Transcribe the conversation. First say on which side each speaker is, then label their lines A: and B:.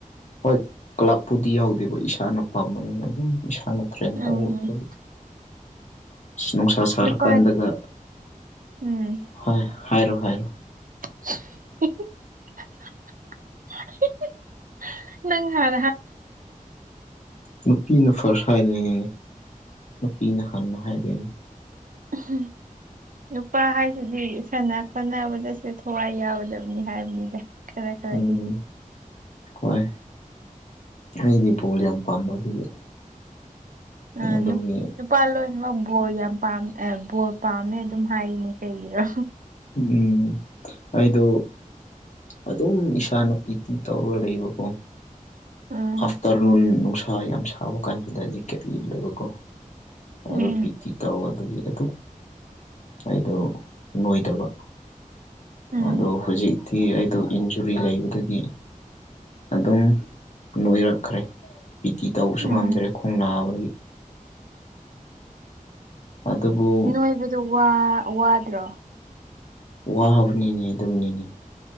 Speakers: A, on the left (about 55°); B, on the right (about 70°).
A: ꯍꯣꯏ ꯀ꯭ꯂꯕꯄꯨꯗꯤ ꯌꯥꯎꯗꯦꯕ ꯏꯁꯥꯅ ꯄꯥꯝꯕꯅꯤꯅ ꯑꯗꯨꯝ ꯏꯁꯥꯅ ꯇ꯭ꯔꯦꯟ
B: ꯎꯝ
A: ꯇꯧꯕ ꯑ ꯅꯨꯡꯁꯥ ꯁꯥꯔꯀꯥꯟꯗꯒ
B: ꯅꯨꯄꯥ ꯎꯝ
A: ꯍꯣꯏ ꯍꯥꯏꯔꯣ ꯍꯥꯏꯔꯣ
B: <inaudible> ꯅꯪ ꯍꯥꯏ
A: ꯅꯨꯄꯤꯅ ꯐꯥꯔꯁ ꯍꯥꯏꯗ꯭ꯣꯏꯉꯅꯦ ꯅꯨꯄꯤꯅ ꯍꯟꯅ ꯍꯥꯏꯗꯣꯏꯅꯤ
B: ꯍꯝ ꯅꯨꯄꯥ ꯍꯥꯏꯁꯤꯗꯤ ꯁꯥꯟꯅ ꯈꯣꯠꯅꯕꯗꯁꯨ ꯊꯋꯥꯏ ꯌꯥꯎꯒꯗꯕꯅꯤ ꯍꯥꯏꯕꯅꯤꯗ ꯈꯔ ꯈꯔꯗꯤ
A: ꯎꯝ ꯍꯣꯏ ꯑꯩꯒꯤ ꯕꯣꯜ ꯌꯥꯝ ꯄꯥꯝꯕ ꯑꯗꯨꯒꯤ
B: ꯑ
A: ꯑꯗꯨꯒꯤ
B: ꯅꯨꯄꯥ ꯂꯣꯏꯅꯃꯛ ꯕꯣꯔꯜ ꯌꯥꯝ ꯄꯥꯝꯃꯦ ꯕꯣꯔꯜ ꯄꯥꯝꯃꯦ ꯑꯗꯨꯝ ꯍꯥꯏꯔꯤꯅꯦ ꯀꯩꯒꯤꯔꯣ
A: ꯎꯝ ꯑꯩꯗꯨ ꯑꯗꯨꯝ ꯏꯁꯥꯅ ꯄꯤ ꯇꯤ ꯇꯧꯔꯒ ꯂꯩꯕꯀꯣ
B: ꯎꯝ
A: ꯑꯐꯇꯔꯅꯟ ꯅꯨꯡꯁꯥ ꯌꯥꯝ ꯌꯥꯝ ꯁꯥꯕꯀꯥꯟ ꯆꯗ ꯦꯀꯦꯠ ꯂꯒ ꯀꯧꯕ ꯑꯗꯨꯒ
B: ꯎꯝ
A: ꯄꯤꯇꯤ ꯇꯧ ꯑꯗꯨꯒꯤ ꯑꯗꯨ ꯑꯩꯗꯣ ꯅꯣꯏꯗꯕ
B: ꯎꯝ
A: ꯑꯗꯣ ꯍꯧꯖꯤꯛꯇꯤ ꯑꯩꯗꯣ ꯏꯟꯖꯨꯔꯤ ꯂꯩꯕꯗꯒꯤ ꯑꯗꯨꯝ ꯅꯣꯏꯔꯛꯈ꯭ꯔꯦ ꯕꯤ ꯇꯤ ꯇꯧꯕꯁꯨ
B: ꯎꯝ
A: ꯉꯝꯗ꯭ꯔꯦ ꯈꯣꯡ ꯅꯥꯕꯗꯒꯤ ꯑꯗꯨꯕꯨ
B: ꯅꯣꯏꯕꯗꯣ ꯋꯥꯗ꯭ꯔꯣ
A: ꯋꯥꯕꯅꯤꯅꯦ ꯑꯗꯨꯒꯤꯅꯤꯅꯦ